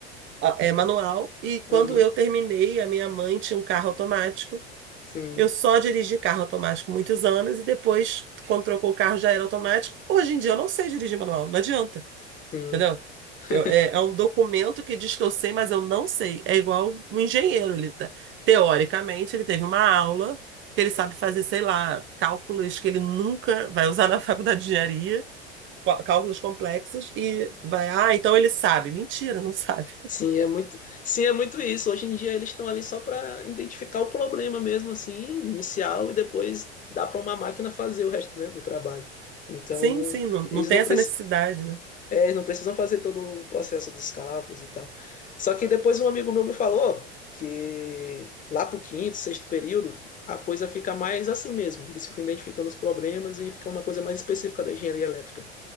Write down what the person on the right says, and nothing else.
ah, é, manual, e quando
eu terminei, a minha mãe tinha um carro automático.
Eu só dirigi carro automático muitos anos, e depois, quando trocou o carro, já era automático. Hoje em dia, eu não sei dirigir manual, não adianta.
Entendeu?
Eu- é, é um documento que diz que eu sei, mas eu não sei. É igual um engenheiro. Ele, tá- teoricamente, ele teve uma aula que ele sabe fazer, sei lá, cálculos que ele nunca vai usar na <laughs> faculdade de engenharia, có- cálculos complexos, e vai, ah, então ele sabe. Mentira, não sabe.
Sim, sim, não,
não tem
essa
necessidade, né?